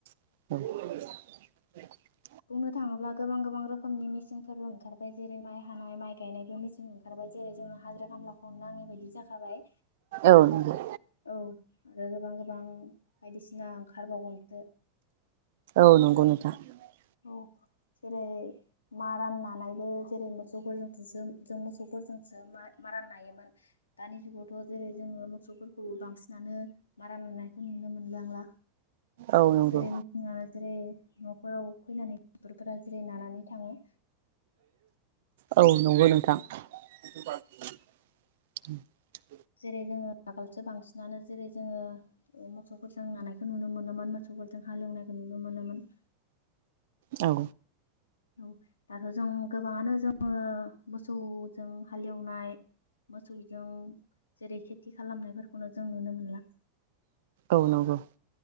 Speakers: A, on the right; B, on the left.
A: <inaudible>
B: बुंनो थांङोब्ला गोबां गोबां रोखोमनि मेसिनफोरबो ओंखारबाय जेरै माइ हानाय माइ गायनायबो मेसिन ओंखारबाय जेरै जोंनो हाजिरा खामलाखौ नाङैबायायदि जाखाबाय
A: औ नंगौ
B: औ आरो गोबां गोबां बायदिसिना ओंखारबावगोनसो
A: औ <inaudible>
B: औ जेरै मारा नानानैबो जेरै मोसौफोरजों जों मोसौ फोरफोरजोंसो मा-मारा नायोमोन दानि जुगावथ' जेरै- जोङो मोसौफोरखौ बांसिनानो मारानानायखौ नुनो मोनबांला
A: औ नंगौ
B: जेरै मेसिना जेरै न'खराव फैनानै टेक्टरफोरा जेरै नानानै थाङो
A: औ नंगौ नोंथां <unintelligible> उ <inaudible>
B: जेरै जोङो आगोलसो बांसिनानो जेरै जोङो ओ मोसौफोरजों नानायखौ नुनो मोनोमोन मोसौफोरजों हालेवनायखौ नुनो मोनोमोन
A: औ
B: औ दाथ' जों गोबाङानो जोङो मोसौजों हालेवनाय मोसौजों जेरै खेथि खालामनायफोरखौनो जों नुनो मोनला
A: औ नंगौ